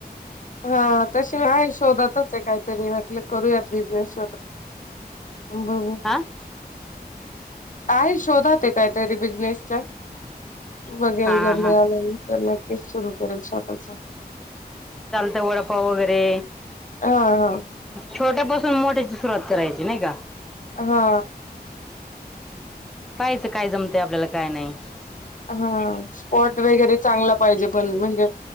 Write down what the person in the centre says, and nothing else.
हा
हा
हा
वडपाव वगैरे
छोट्यापसून मोठ्याची सुरुवात करायची नाही का?
पाहिचं काय जमतेय आपल्याला काय नाही?